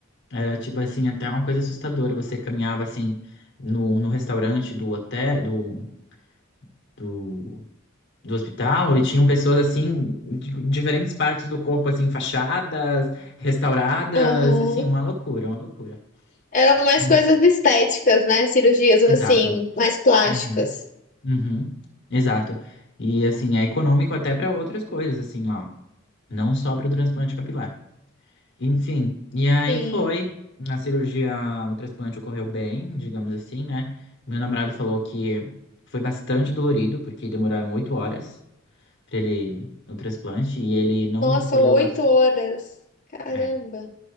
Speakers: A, on the left; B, on the left.
A: Era tipo assim, até uma coisa assustadora. Você caminhava assim no, no restaurante do hotel, do, do, do hospital e tinham pessoas assim, de diferentes partes do corpo, assim, fachadas, restauradas,
B: Aham.
A: assim, uma loucura, uma loucura.
B: Eram mais
A: Uma-
B: coisas estéticas, né? Cirurgias assim,
A: Exato.
B: mais plásticas.
A: Uhum. Uhum, exato. E assim, é econômico até para outras coisas, assim, ó. Não só para o transplante capilar. Enfim, e aí
B: Sim.
A: foi. A cirurgia, o transplante ocorreu bem, digamos assim, né? Meu namorado falou que foi bastante dolorido, porque demoraram oito horas para ele o transplante, e ele não
B: Nossa,
A: escolheu.
B: oito
A: a ce-
B: horas. Caramba.
A: É,